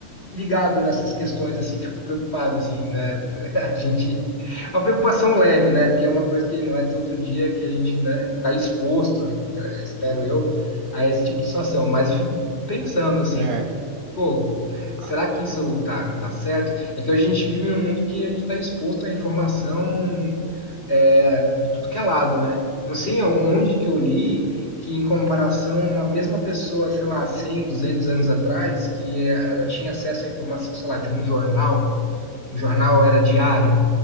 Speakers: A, on the left; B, on the right.
A: ligado nessas questões, assim, fico preocupado, assim, né? <laughs> A gente. Uma preocupação leve, né? Porque é uma coisa que não é todo dia que a gente, né, está exposto, espero eu, a esse tipo de situação. Mas eu fico pensando, assim,
B: É.
A: pô,
B: Ah,
A: será que isso tá, tá certo? É que a gente vive num mundo que a gente está exposto à informação é, de tudo que é lado, né? Não sei onde
B: uhum.
A: que eu li que, em comparação, uma mesma pessoa, sei lá, 100, 200 anos atrás, que é, ela tinha acesso à informação, sei lá, de um jornal, um jornal era diário,